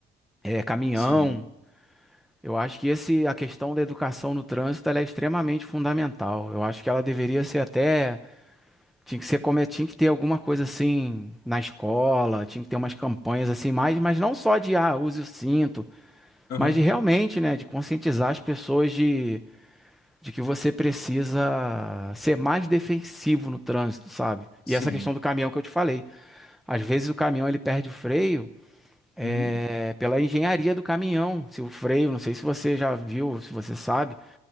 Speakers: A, in the centre; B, on the left.
A: é caminhão.
B: sim.
A: Eu acho que esse a questão da educação no trânsito ela é extremamente fundamental. Eu acho que ela deveria ser até Tinha que ser como é, tinha que ter alguma coisa assim na escola, tinha que ter umas campanhas assim mais, mas não só de ah, use o cinto,
B: Aham,
A: mas de realmente, né, de conscientizar as pessoas de, de que você precisa ser mais defensivo no trânsito, sabe?
B: sim.
A: E essa questão do caminhão que eu te falei. Às vezes o caminhão ele perde o freio é,
B: Uhum.
A: pela engenharia do caminhão. Se o freio, não sei se você já viu, se você sabe